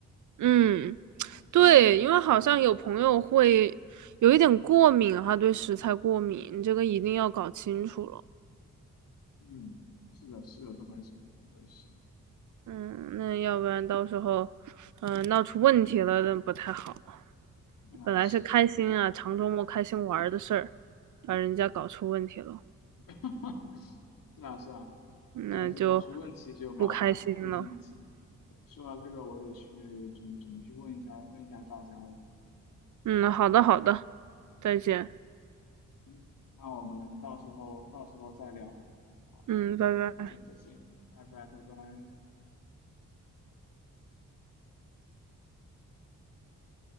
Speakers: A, on the right (about 60°); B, on the left (about 70°).
A: 嗯，
B: 你懂我什么意思就是，
A: 对，因为好像有朋友会有一点过敏哈，对食材过敏，这个一定要搞清楚了。
B: 嗯，是的，是有这么一一回事。
A: 嗯，那要不然到时候，嗯、闹出问题了那不太好。
B: 啊，
A: 本来是开心啊，
B: 是的，
A: 长周末开心玩儿的事儿，把人家搞出问题了，
B: <laughs> 是啊，是啊。
A: 那就
B: 原来是搞出问题就麻烦了，
A: 不开心了。
B: 不仅仅是。对，说到这个，我得去准准备去问一下问一下大家了。
A: 嗯，好的，好的，再见。
B: 行，那我们到时候到时候再聊。好的，
A: 嗯，拜拜。
B: 再见再见，拜拜拜拜。